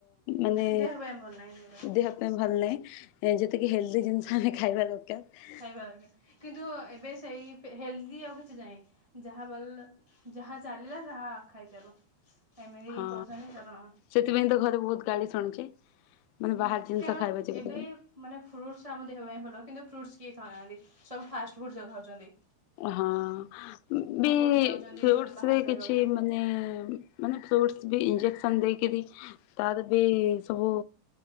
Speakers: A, on the left; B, on the right.
A: ମାନେ
B: ଦେହ ପାଇଁ ଭଲ ନାହିଁ ସେଗୁଡ଼ାକ।
A: ଦେହ ପାଇଁ ଭଲ ନାହିଁ। ଏ ଯେତିକି ହେଲ୍ଦି ଜିନିଷ ଆମେ ଖାଇବା ଦରକାର
B: କିନ୍ତୁ ଏବେ ସେଇ ହେଲ୍‌ ଦି ଆଉ କିଛି ନାହିଁ ଯାହା ବଲ ଯାହା ଚାଲିଲା ତାହା ଖାଇଚାଲ। ଏମିତି
A: ହଁ
B: କରୁଛନ୍ତି କାରଣ
A: ସେଥିପାଇଁ ତ ଘରେ ବହୁତ ଗାଳି ଶୁଣୁଚି। ମାନେ
B: ହୁଁ
A: ବାହାର ଜିନିଷ
B: କାରଣ
A: ଖାଇବା <unintelligible>
B: ଏବେ ମାନେ ଫ୍ରୁଟ୍ସ୍ ଆମ ଦେହ ପାଇଁ ଭଲ କିନ୍ତୁ ଫ୍ରୁଟ୍ସ୍ କିଏ ଖାଉନାହାନ୍ତି ସବୁ ଫାଷ୍ଟଫୁଡ଼୍ ଯଉ ଖାଉଚନ୍ତି।
A: ହଁ ବି
B: ଫୁଡ଼୍ ଯାଉଛନ୍ତି
A: ଫୁଟ୍ସ୍
B: ମାନେ ବାହାର
A: ରେ
B: ଜାଗାକୁ
A: କିଛି ମାନେ ମାନେ ଫ୍ରୁଟ୍‌ସ୍ ବି ଇଞଜେକ୍ସନ ଦେଇକିରି ତାର ବି ସବୁ